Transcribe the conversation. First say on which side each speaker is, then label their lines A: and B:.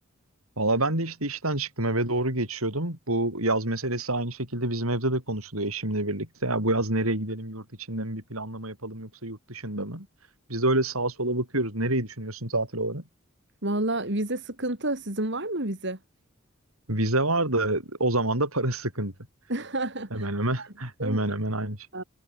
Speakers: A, on the right; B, on the right.
A: Valla ben de işte işten çıktım eve doğru geçiyordum. Bu yaz meselesi aynı şekilde bizim evde de konuşuluyor eşimle birlikte. Ya bu yaz nereye gidelim, yurt içinde mi bir planlama yapalım yoksa yurt dışında mı? Biz de öyle sağa sola bakıyoruz. Nereyi düşünüyorsun tatil olarak?
B: Valla vize sıkıntı. Sizin var mı vize?
A: Vize var da o zaman da para sıkıntı.
B: <laughs>
A: Hemen hemen <laughs> hemen
B: Şey,
A: hemen aynı şey.
B: Ee,